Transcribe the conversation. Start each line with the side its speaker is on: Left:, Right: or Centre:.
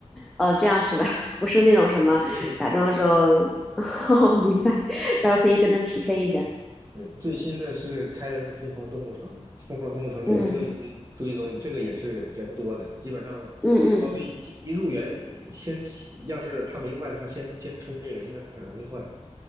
Centre: 哦，这样是吧？<laughs> 不是那种什么打中了之后，
Right: 一起胜负欲。
Centre: <laughs> 哦，明白。到时候可以跟他 PK 一下。
Right: 对，最新的是开了那个疯狂动物城《疯狂动物城》，
Centre: 嗯
Right: 《里的热力追追踪》，这个也是人多的，基本上，
Centre: 嗯嗯，
Right: 哦，对，一进一入园先起要是它没坏的话，先先冲这个，因为它很容易坏。